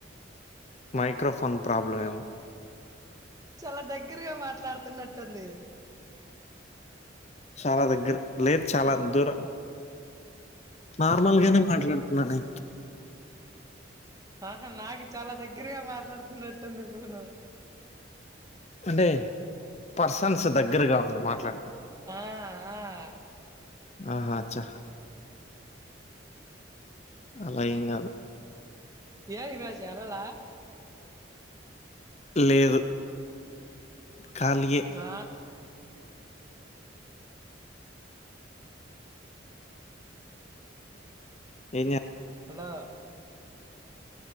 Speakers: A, on the left; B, on the right.
A: మైక్రోఫోన్ ప్రాబ్లమ్ ఏమో
B: చాలా దగ్గరగా మాట్లాడుతున్నట్టుంది
A: చాలా దగ్గర్ లేదు చాలా దూర నార్మల్గానే మాట్లాడుతున్నానే
B: ఆహా నాకి చాలా దగ్గరగా మాట్లాడుతున్నట్టుంది ఫోను
A: అంటే పర్సన్స్ దగ్గరగా ఉండి మాట్లా
B: ఆ ఆ
A: ఆహా అచ్చా అలా ఏం కాదు
B: ఏం ఈరోజు ఎలలా
A: లేదు ఖాళీయే
B: ఆ
A: ఏం చే
B: హలో